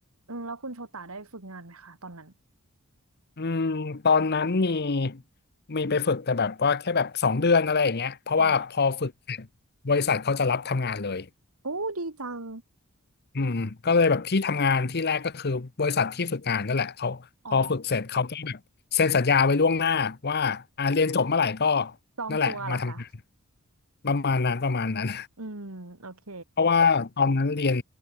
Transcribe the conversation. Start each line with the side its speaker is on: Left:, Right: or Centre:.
Right: อืมแล้วคุณโชตาได้ฝึกงานไหมคะตอนนั้น
Left: อืมตอนนั้นมีมีไปฝึกแต่แบบว่าแค่แบบสองเดือนอะไรอย่างเงี้ยเพราะว่าพอฝึกเสร็จบริษัทเขาจะรับทำงานเลย
Right: อ๋อโอ้ดีจัง
Left: อืมก็เลยแบบที่ทำงานที่แรกก็คือบริษัทที่ฝึกงานนั่นแหละเขาพอฝึกเสร็จเขาก็แบบเซ็นสัญญาไว้ล่วงหน้าว่าอ่าเรียนจบเมื่อไหร่ก็
Right: อ๋อจองตัวเหรอคะ
Left: นั่นแหละมาทำงานประมาณนั้นประมาณนั้น
Right: อืมโอเค
Left: เพราะว่าตอนนั้นเรียน